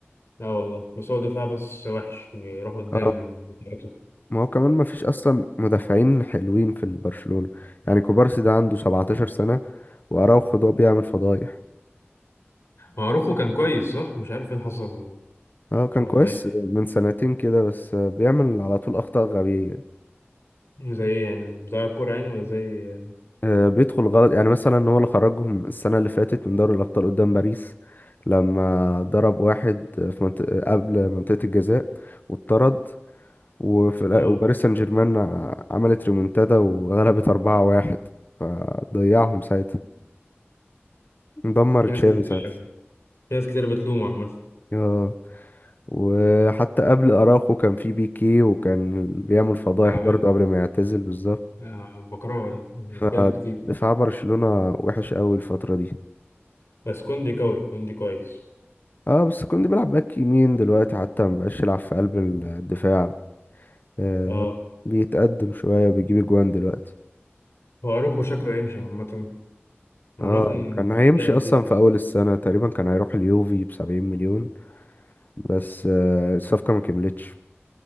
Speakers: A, on the left (about 75°); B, on the left (about 45°).
A: لا والله بس هو دفاع بس وحش بيروح قدام
B: اه
A: بتاعته
B: ما هو كمان ما فيش اصلا مدافعين حلوين في البرشلونة يعني كوبارسي ده عنده 17 سنة واراوخو ده بيعمل فضايح
A: هو روخو كان كويس صح مش عارف ايه اللي حصل
B: اه كان
A: ولا
B: كويس من سنتين كده بس بيعمل على طول اخطاء غبية
A: ايه زي يعني بتاع الكورة يعني ولا زي
B: آه، بيدخل غلط يعني مثلا هو اللي خرجهم السنة اللي فاتت من دوري الأبطال قدام باريس لما ضرب واحد في منطقة قبل منطقة الجزاء واتطرد وفي الآ-
A: اه
B: وباريس سان جيرمان عملت ريمونتادا وغلبت أربعة واحد فضيعهم ساعتها دمر
A: في ناس
B: تشافي
A: كتير
B: ساعتها
A: في ناس كتير بتلومه عامة
B: آه، وحتى قبل أراخو كان في بيكي وكان بيعمل فضايح
A: تعبان
B: برضه قبل ما يعتزل بالظبط
A: آه، بكرهه ده بيتكلم
B: فدفاع
A: كتير
B: برشلونة وحش قوي الفترة دي
A: بس كوندي قوي كوندي كويس
B: اه بس كوندي بيلعب باك يمين دلوقتي حتى ما بقاش يلعب في قلب الدفاع آه
A: اه
B: بيتقدم شوية وبيجيب اجوان دلوقتي
A: هو اروخو شكله يمشي عامة عامة
B: اه كان هيمشي
A: لا لو
B: اصلا
A: جه شمس
B: في اول السنة تقريبا كان هيروح اليوفي بسبعين مليون بس آه الصفقة ما كملتش